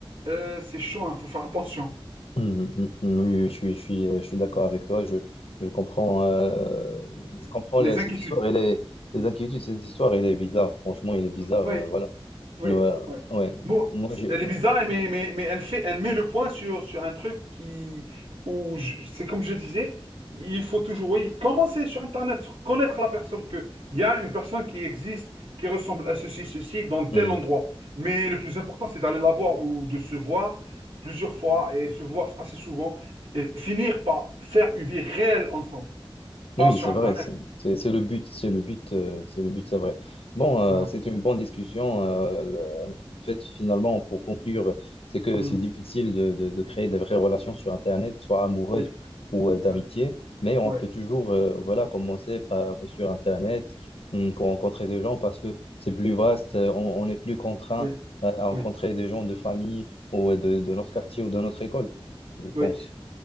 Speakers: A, on the right (about 80°); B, on the left (about 80°).
A: euh, c'est chaud, il faut faire attention.
B: Mm, mm, mm, oui, oui, je suis, je suis, euh, je suis d'accord avec toi. Je, je comprends, euh, je comprends
A: Les
B: la- cette
A: inquiétudes.
B: histoire. Elle est,
A: Mm.
B: les inquiétudes, cette histoire, elle est bizarre. Franchement, elle est bizarre.
A: Mm. Oui.
B: euh, voilà.
A: Oui,
B: Ouais,
A: oui.
B: ouais.
A: Bon,
B: Moi, j'ai.
A: elle est bizarre, mais, mais, mais elle fait, elle met le point sur, sur un truc qui, où je- c'est comme je disais, il faut toujours, oui, commencer sur Internet, sur connaître la personne que, il y a une personne qui existe, qui ressemble à ceci, ceci, dans tel
B: ouais.
A: endroit. Mais le plus important, c'est d'aller la voir ou de se voir plusieurs fois et se voir assez souvent et finir par faire une vie réelle ensemble, pas
B: Oui,
A: sur
B: c'est
A: Internet.
B: vrai, c'est c'est- c'est le but, c'est le but, euh, c'est le but, c'est vrai. Bon, euh,
A: Voilà.
B: c'est une bonne discussion. euh, le- en fait, finalement, pour conclure, c'est que
A: Mhm.
B: c'est difficile de, de- de créer des vraies relations sur Internet, soit amoureuses
A: Oui.
B: ou euh, d'amitié,
A: Ouais.
B: mais on
A: Ouais.
B: peut toujours, euh, voilà, commencer par, sur Internet hum, pour rencontrer des gens parce que c'est plus vaste, euh, on, on est plus contraint
A: Oui.
B: à, à rencontrer
A: Oui.
B: des gens de famille ou euh, de, de notre quartier ou de notre école, je pense.
A: Oui.